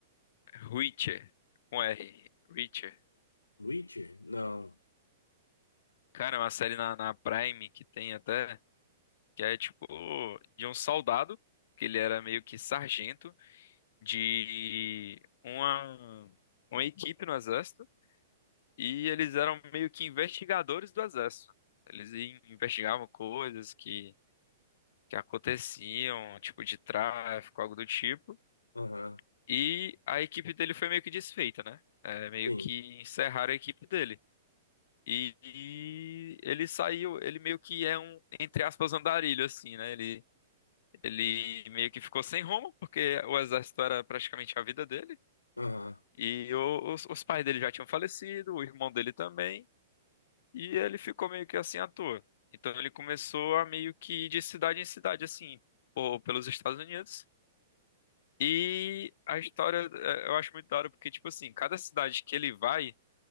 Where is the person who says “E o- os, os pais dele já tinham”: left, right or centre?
Left